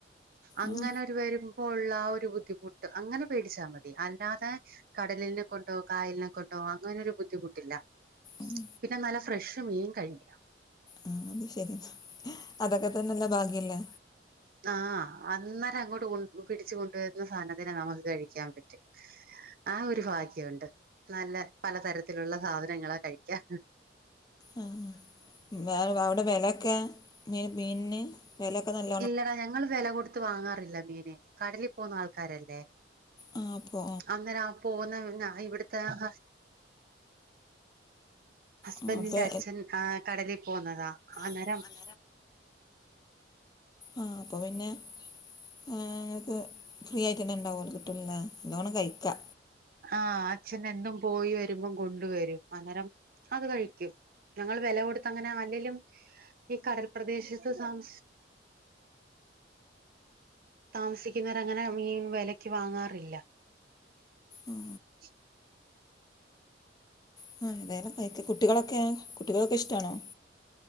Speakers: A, on the right; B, on the left.
A: അങ്ങനെരു
B: ഉം
A: വരുമ്പോ ഉള്ള ആ ഒരു ബുദ്ധിമുട്ട് അങ്ങനെ പേടിച്ചാൽ മതി. അല്ലാതെ കടലിനെ കൊണ്ടോ കായലിനെ കൊണ്ടോ അങ്ങനെരു ബുദ്ധിമുട്ടില്ല.
B: ഉം
A: പിന്നെ നല്ല ഫ്രഷ് മീൻ കഴിക്കാം
B: ആ അത് ശരി അതൊക്കെ തന്നെല്ല ഭാഗ്യം ല്ലേ
A: ആഹ് അന്നേരം അങ്ങോട്ട് കൊണ്ട് പിടിച്ച കൊണ്ടുവരുന്ന സാധനത്തിനെ നമുക്ക് കഴിക്കാൻ പറ്റും ആ ഒരു ഭാഗ്യുണ്ട് നല്ല പലതരത്തിലുള്ള സാധനങ്ങളാ കഴിക്കാ
B: ആഹ് വ വ അവിടെ വെലൊക്കെ മീനിന് വിലക്കൊ നല്ല
A: ഇല്ലടാ ഞങ്ങൾ വില കൊടുത്ത് വാങ്ങാറില്ല മീന് കടലിൽ പോകുന്ന ആൾക്കാരല്ലേ
B: ആ അപ്പോ
A: അങ്ങനെ അപ്പം ഓന് ഇവിടുത്തെ ഹസ് ഹസ്ബൻറിിന്റെ
B: ആ അപ്പോ
A: അച്ഛൻ ആന് കടലിൽ പോകുന്നതാ ആന്നേരം
B: അപ്പോൾ ആഹ് അപ്പോ പിന്നെ ഏഹ് ഇങ്ങക്ക് ഫ്രീ ആയിട്ട് തന്നെ ഉണ്ടാവോലേ കിട്ടില്ല്ലേ നല്ലോണം കഴിക്കാ
A: ആഹ് അച്ഛനെന്നും പോയി വരുമ്പോം കൊണ്ട് വരും അന്നേരം അത് കഴിക്കും ഞങ്ങൾ വില കൊടുത്ത് അങ്ങനെ അല്ലലും ഈ കടൽ പ്രദേശത്ത് താമ താമസിക്കുന്നവർ അങ്ങനെ മീൻ വിലക്ക് വാങ്ങാറില്ല
B: ഉം
A: <inaudible>
B: <unintelligible> കുട്ടികളൊക്കെ കുട്ടികളൊക്കെ ഇഷ്ടമാണോ